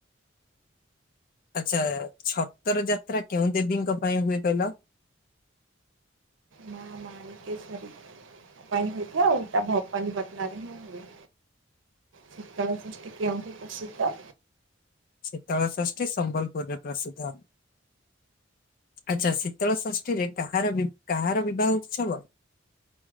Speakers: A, on the left; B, on the right.
A: ଆଚ୍ଛା ଛତର ଯାତ୍ରା କେଉଁ ଦେବୀଙ୍କ ପାଇଁ ହୁଏ କହିଲ?
B: ମା ମାଣିକେଶ୍ଵରି। ହେଇଥିଲା ଆଉଲ ତା ଭବାନିପାଟନାରେ ହିଁ ହୁଏ। ଶୀତଳ ଷଷ୍ଠୀ କେଉଠି ପ୍ରସିଦ୍ଧ?
A: ଶୀତଳଷଷ୍ଠୀ ସମ୍ବଲପୁରରେ ପ୍ରସିଦ୍ଧ। ଆଚ୍ଛା। ଶୀତଳ ଷଷ୍ଠୀରେ କାହାର କାହାର ବିବାହ ଉତ୍ସବ?